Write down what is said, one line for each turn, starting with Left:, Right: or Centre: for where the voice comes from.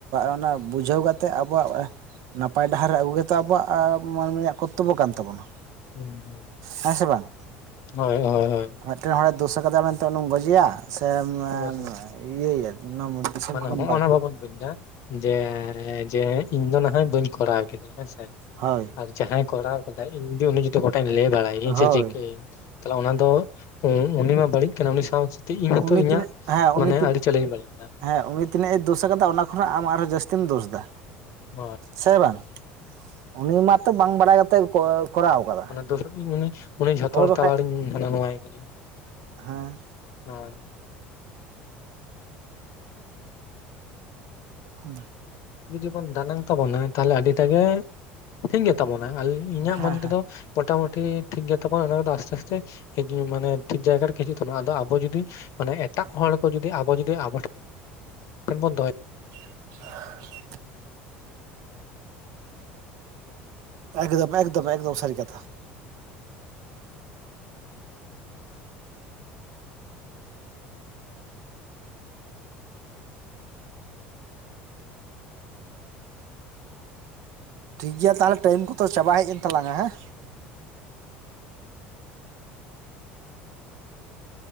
Right: ᱚᱱᱟ ᱵᱩᱡᱷᱟᱹᱣ ᱠᱟᱛᱮᱜ ᱟᱵᱚᱣᱟᱜ ᱱᱟᱯᱟᱭ ᱰᱟᱦᱟᱨ ᱨᱮ ᱟᱹᱜᱩ ᱜᱮᱛᱚ ᱟᱵᱚᱣᱟᱜ ᱢᱟᱱᱢᱤᱭᱟᱜ ᱠᱚᱨᱛᱚᱵᱵᱚ ᱠᱟᱱ ᱛᱟᱵᱚᱱᱟ
Left: ᱦᱩᱸ ᱦᱩᱸ
Right: ᱦᱮᱸ ᱥᱮ ᱵᱟᱝ
Left: ᱦᱳᱭ ᱦᱳᱭ ᱦᱳᱭ
Right: ᱢᱤᱫᱴᱮᱱ ᱦᱚᱲᱮ ᱫᱳᱥ ᱟᱠᱟᱫᱟ ᱢᱮᱱᱛᱮ ᱚᱱᱤᱢ ᱜᱚᱡᱮᱭᱟ ᱥᱮᱢ
Left: ᱚᱵᱚᱥᱥᱳᱭ
Right: ᱤᱭᱟᱹᱭᱟ ᱫᱤᱥᱚᱢ
Left: ᱢᱟᱱᱮ
Right: ᱠᱷᱚᱱᱮᱢ
Left: ᱦᱚᱜᱚᱭ ᱱᱚᱣᱟ
Right: ᱵᱟᱫ
Left: ᱵᱟᱵᱚᱱ ᱵᱩᱡ ᱮᱫᱟ ᱡᱮ ᱡᱮ ᱤᱧ ᱫᱚ ᱱᱟᱦᱚᱭ ᱵᱟᱹᱧ ᱠᱚᱨᱟᱣ ᱦᱮᱸ ᱥᱮ
Right: ᱦᱳᱭ
Left: ᱟᱨ ᱡᱟᱦᱟᱸᱭ ᱠᱚᱨᱟᱣ ᱟᱠᱟᱫᱟᱭ ᱤᱧ ᱫᱚ ᱩᱱᱤ ᱡᱩᱫᱤ ᱜᱚᱴᱟᱧ ᱞᱟᱹᱭ ᱵᱟᱲᱟᱭᱟ
Right: ᱦᱳᱭ
Left: ᱥᱮ ᱪᱤᱠᱟᱹᱭᱤᱧ ᱛᱟᱦᱮ ᱚᱱᱟ ᱫᱚ ᱩᱱᱤ ᱢᱟ ᱵᱟᱹᱲᱤᱡ ᱩᱱᱤ ᱥᱟᱶ ᱥᱟᱶᱛᱮ ᱤᱧ ᱱᱤᱛᱚᱜ
Right: ᱩᱱᱤ
Left: ᱤᱧᱟᱹᱜ
Right: ᱛᱤᱱᱟᱹᱜ ᱦᱮᱸ ᱩᱱᱤ
Left: ᱢᱟᱱᱮ
Right: ᱛᱤᱱᱟᱹᱜ
Left: ᱟᱹᱰᱤᱪᱟᱞᱤᱧ ᱵᱟᱹᱲᱤᱡ ᱫᱟ
Right: ᱦᱮᱸ ᱩᱱᱤ ᱛᱤᱱᱟᱹᱜ ᱮ ᱫᱳᱥ ᱟᱠᱟᱫᱟ ᱚᱱᱟ ᱠᱷᱚᱱᱟᱜ ᱟᱢ ᱟᱨᱦᱚᱸ ᱡᱟᱹᱥᱛᱤᱢ ᱫᱳᱥ ᱮᱫᱟ
Left: ᱦᱳᱭ
Right: ᱥᱮ ᱵᱟᱝ ᱩᱱᱤ ᱢᱟᱛᱚ ᱵᱟᱝ ᱵᱟᱲᱟᱭ ᱠᱟᱛᱮᱜ ᱠᱚᱨᱟᱣ ᱟᱠᱟᱫᱟ᱾
Left: ᱫᱚᱥᱟᱨ ᱩᱱᱤ ᱡᱷᱚᱛᱚ
Right: ᱦᱳᱭ
Left: ᱦᱚᱲ
Right: ᱵᱟᱠᱷᱟᱡ
Left: ᱛᱟᱞᱟᱨᱤᱧ ᱦᱟᱱᱟ ᱱᱚᱣᱟᱭ ᱠᱟ‌ᱱᱟᱹᱧ
Right: ᱦᱮᱸ
Left: ᱦᱮ
Right: ᱦᱩᱸ
Left: ᱡᱩᱫᱤ ᱵᱚᱱ ᱫᱟᱱᱟᱝ ᱛᱟᱵᱚᱱᱟ ᱛᱟᱦᱚᱞᱮ ᱟᱹᱰᱤᱴᱟᱜ ᱜᱮ ᱴᱷᱤᱠ ᱜᱮ ᱛᱟᱵᱚᱱᱟ ᱤᱧᱟᱹᱜ
Right: ᱦᱮᱸ
Left: ᱢᱚᱱᱮ
Right: ᱦᱮᱸ
Left: ᱛᱮᱫᱚ ᱢᱚᱴᱟᱢᱩᱴᱤ ᱴᱷᱤᱠ ᱜᱮ ᱛᱟᱵᱚᱱᱟ ᱚᱱᱟ ᱫᱚ ᱟᱥᱛᱮ ᱟᱥᱛᱮ ᱢᱟᱱᱮ ᱴᱷᱤᱠ ᱡᱟᱭᱜᱟ ᱨᱮ ᱦᱤᱪᱩᱜ ᱛᱚ ᱟᱫᱚ ᱟᱵᱚ ᱡᱚᱫᱤ ᱢᱟᱱᱮ ᱮᱴᱟᱜ ᱦᱚᱲ ᱠᱚ ᱡᱩᱫᱤ ᱟᱵᱚ ᱡᱩᱫᱤ ᱟᱵᱚ ᱴᱷᱮᱱ ᱵᱚᱱ ᱫᱚᱦᱚᱭᱟ
Right: <unintelligible> ᱮᱠᱫᱚᱢ ᱮᱠᱫᱚᱢ ᱮᱠᱫᱚᱢ ᱥᱟᱹᱨᱤ ᱠᱟᱛᱷᱟ ᱴᱷᱤᱠ ᱜᱮᱭᱟ ᱛᱟᱦᱚᱞᱮ ᱴᱟᱭᱤ ᱠᱚᱫᱚ ᱪᱟᱵᱟ ᱦᱮᱡ ᱮᱱ ᱛᱞᱟᱝᱟ ᱦᱮᱸ